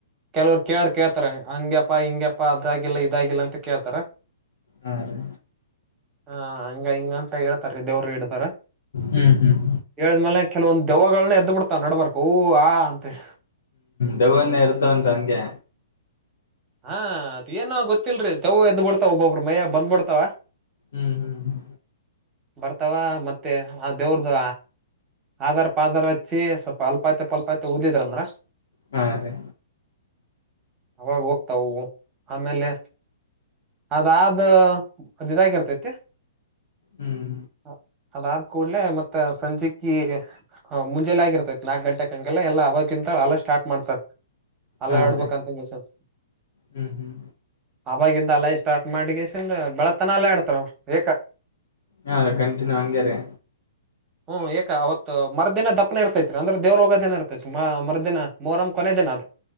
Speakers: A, on the right (about 20°); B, on the left (about 75°).
A: ಕೆಲವರು ಕೇಳಾರ ಕೇಳ್ತಾರ ಹಂಗಗೆಪ್ಪಾ ಹಿಂಗಪ್ಪಾ ಅದಾಗಿಲ್ಲ ಇದಾಗಿಲ್ಲ ಅಂತ ಕೇಳ್ತಾರ
B: ಹಾರಿ
A: ಹ ಹಂಗ ಹಿಂಗ ಅಂತ ಹೇಳ್ತಾರ. ದೇವರು ಇಡ್ತಾರ
B: ಹ್ಮ್ ಹ್ಮ್
A: ಹೇಳಿದ್ಮೇಲೆ ಕೆಲವೊಂದು ದೆವಗಳನ್ನ ಎದ್ ಬಿಡ್ತಾವ ನಡಬರ್ಕ ಹು ಆ ಅಂತ ತಡಿ
B: ದೆವನ್ನಯ ಇರ್ತ ಅಂತ ಹಂಗೆ
A: ಹಾ ಅದೆ ಏನೋ ಗೊತ್ತಿಲ್ರಿ ದೆವ್ವ ಎದ್ ಬಿಡ್ತಾವ ಒಬ್ಬೊಬ್ರ ಮಯಗ ಬಂದ್ಬಿಡ್ತಾವ.
B: ಹ್ಮ್ ಹ್ಮ್ ಹ್ಮ
A: ಬರ್ತಾವ ಮತ್ತೆ ಆ ದೇವ್ರದ ಆಧಾರ್ ಪಾದಾರ್ ಹಚ್ಚಿ ಸ್ವಲ್ಪ ಅಲ್ಪಾತಿ ಪಲ್ಪಾತಿ ಊದಿದ್ರಂದ್ರ.
B: ಹ ಅದೇ
A: ಅವಾಗ್ ಒ ತೌವು ಆಮೇಲೆ ಅದಾದ ಇದಾಗಿರ್ತೈತಿ
B: ಹ್ಮ್
A: ಅದ ಅದಬ ಕೂಡ್ಲೆ ಮತ್ತ ಸಂಜೆಕ್ಕ ಮುಂಜೆಲ್ಲ ಆಗಿರ್ತೈತ್ ನಾಕ್ ಗಂಟೆ ಹಂಗೆಲ್ಲ ಎಲ್ಲಾ ಅವಾಗಿಂತ ಅಲ್ಲ ಸ್ಟಾರ್ಟ್ ಮಾಡ್ತಾರ. ಅಲ್ಲ
B: ಹಾ
A: ಆಡ್ಬಕ್ಂತಸಲ್
B: ರೀ ಹ್ಮ್ ಹ್ಮ್
A: ಆವಾಗಿಂದ ಅಲೈ ಸ್ಟಾರ್ಟ ಮಾಡಿಗಸ ಬೆಳತನ ಅಲ್ಲೇ ಆಡ್ತಾರ ಅವರ ಏಕ
B: ಹಾರೀ ಕಂಟನ್ಯೂ ಹಂಗರಿ
A: ಹ್ಮ್ ಏಕ ಅವತ್ತು ಮರ್ದಿನ ದಪ್ಪನ ಇರ್ತೈತ್ರಿ ಅಂದ್ರೆ ದೇವ್ರ ಹೋಗೋದಿನ ಇರ್ತೈತಿ ಮ ಮರ್ದಿನ ಮೋರಮ ಕೊನೆ ದಿನ ಅದು.